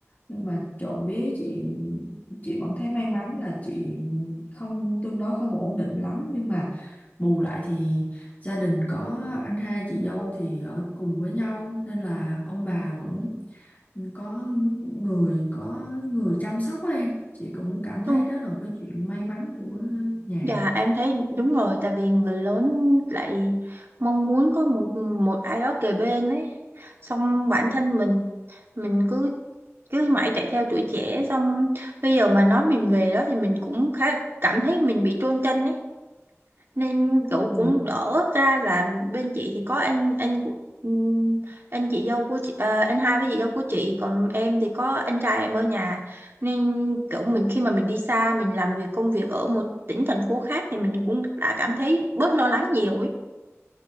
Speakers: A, on the left; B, on the right.
A: nhưng mà trộm vía chị chị vẫn thấy may mắn là chị không tương đối không ổn định lắm nhưng mà bù lại thì gia đình có anh hai chị dâu thì ở cùng với nhau nên là ông bà vẫn có người có người chăm sóc á em chị cũng cảm thấy
B: á
A: đó là một cái chuyện may mắn của nhà
B: Dạ em thấy đúng rồi tại vì người lớn lại mong muốn có một một ai đó kề bên ấy xong bản thân mình mình cứ cứ mãi chạy theo tuổi trẻ xong bây giờ mà nói mình về đó thì mình cũng khá cảm thấy mình bị chôn chân ấy nên
A: Đúng
B: cậu
A: rồi.
B: cũng đỡ ra là bên chị thì có anh anh của ừm, anh chị dâu của chị à, anh hai với chị dâu của chị còn em thì có anh trai em ở nhà nên kiểu mình khi mà mình đi xa mình làm việc công việc ở một tỉnh thành phố khác thì mình cũng đã cảm thấy bớt lo lắng nhiều ấy